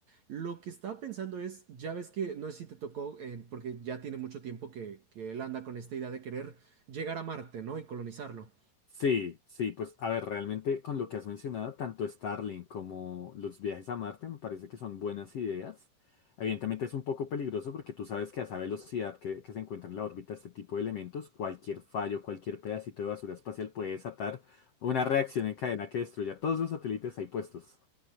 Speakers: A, on the right; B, on the left.
A: Lo que estaba pensando es, ya ves que, no sé si te tocó, eh, porque ya tiene mucho tiempo que, que él anda con esta idea de querer llegar a Marte, ¿no? Y colonizarlo.
B: Sí, sí, pues a ver, realmente con lo que has mencionado, tanto Starlink como los viajes a Marte me parece que son buenas ideas. Evidentemente es un poco peligroso porque tú sabes que a esa velocidad que, que se encuentra en la órbita este tipo de elementos, cualquier fallo, cualquier pedacito de basura espacial puede desatar una reacción en cadena que destruya todos los satélites ahí puestos.